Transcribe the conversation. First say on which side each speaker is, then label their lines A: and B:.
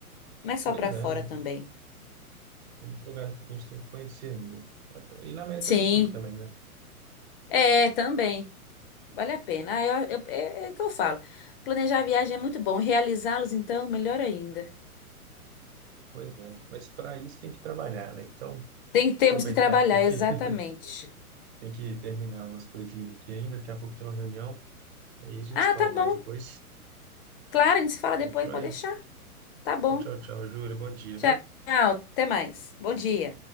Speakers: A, on the left; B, on the right.
A: Não é só
B: Pois
A: pra fora
B: é, né?
A: também.
B: Tem muitos lugares que a gente tem que conhecer ainda. Até- E na América
A: Sim,
B: do Sul também, né?
A: é, também. Vale a pena. Ah, eu- eu- é, é o que eu falo. Planejar a viagem é muito bom. Realizá-los, então, melhor ainda.
B: Pois é. Mas para isso tem que trabalhar, né? Então,
A: Tem, temos
B: aproveitar
A: que trabalhar,
B: aqui que
A: exatamente.
B: <laughs> tem que terminar umas coisinhas aqui ainda. Daqui a pouco tem uma reunião. Aí a gente
A: Ah,
B: se fala
A: tá
B: mais
A: bom.
B: depois.
A: Claro, a gente se fala
B: Tá
A: depois,
B: joia?
A: pode deixar. Tá bom.
B: Então, tchau, tchau, Júlia. Bom dia,
A: Tchau,
B: viu?
A: até mais. Bom dia.